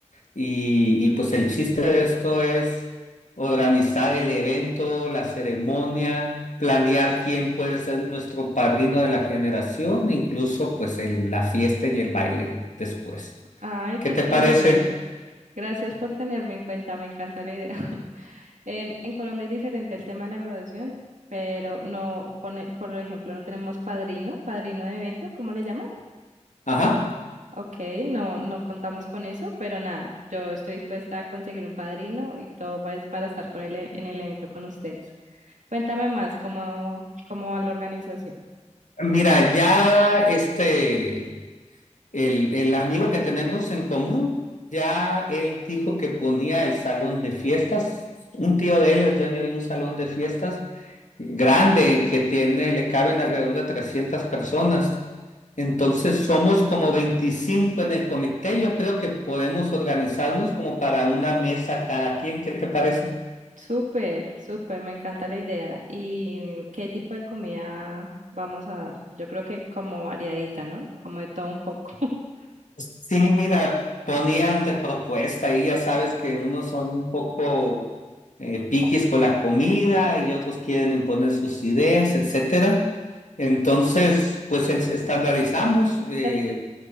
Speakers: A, on the left; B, on the right.
A: y, y pues el chiste de esto es organizar el evento, la ceremonia, planear quién puede ser nuestro padrino de la generación, incluso pues el- la fiesta y el baile después.
B: Ay,
A: ¿Qué
B: qué
A: te
B: chévere.
A: parece?
B: Gracias por tenerme en cuenta, me encanta la idea. <laughs> En, en Colombia es diferente el tema de la graduación, pero no pone, por ejemplo, no tenemos padrino, padrino de evento, ¿cómo le llaman?
A: Ajá.
B: Ok, no, no contamos con eso, pero nada, yo estoy dispuesta a conseguir un padrino y todo pues para estar con él en el evento con ustedes. Cuéntame más, ¿cómo, cómo va la organización?
A: Mira, ya este... el, el amigo que tenemos en común, ya él dijo que ponía el salón de fiestas. Un tío de él es dueño de un salón de fiestas grande que tiene, le caben alrededor de 300 personas. Entonces somos como 25 en el comité. Yo creo que podemos organizarnos como para una mesa cada quien. ¿Qué te parece?
B: Súper, súper, me encanta la idea. ¿Y mm, qué tipo de comida vamos a dar? Yo creo que como variadita, ¿no? Como de todo un poco. <laughs>
A: Sí, mira, ponían de propuesta y ya sabes que unos son un poco eh, piquis con la comida y otros quieren imponer sus ideas, etcétera. Entonces, pues es- estandarizamos eh,
B: ¿Te,